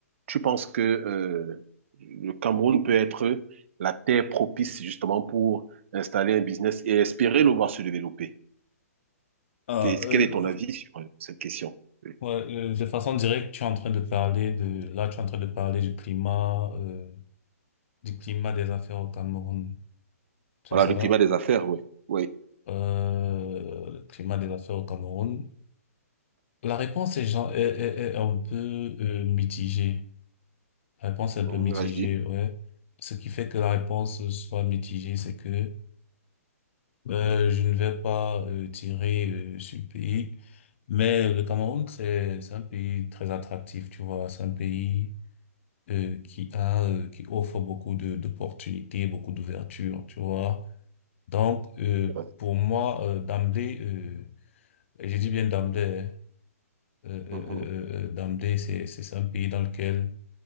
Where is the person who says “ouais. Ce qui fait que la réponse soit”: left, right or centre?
Left